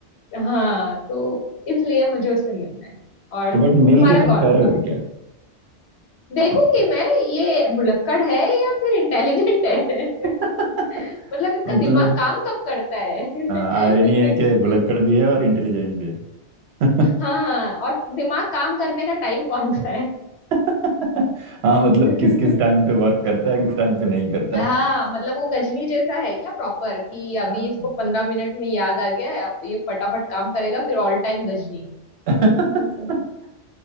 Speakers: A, on the left; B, on the right.
A: हाँ तो इसलिए मुझे उससे मिलना है और
B: तो
A: तुम्हारा
B: बट मिल के तुम
A: कौन
B: कह
A: होगा
B: रहे हो क्या
A: देखूंगी
B: उस-
A: मैं ये भुलक्कड़ है या फिर इंटेलिजेंट है
B: <laughs>
A: <laughs> मतलब इसका
B: मतलब
A: दिमाग काम कब करता है <laughs>
B: आयरनी है कि भुलक्कड़ भी है और इंटेलिजेंट भी है <laughs>
A: हाँ और दिमाग काम करने का टाइम कौन सा है
B: <laughs> हाँ
A: <laughs>
B: मतलब किस किस टाइम पे वर्क करता है किस टाइम पे नहीं करता
A: हाँ
B: है
A: मतलब वो गजनी जैसा है क्या प्रॉपर कि अभी
B: हाँ।
A: इसको पंद्रह मिनट में याद आ गया है अब ये फटाफट काम करेगा फिर ऑल टाइम गजनी
B: <laughs>
A: <laughs>
B: ये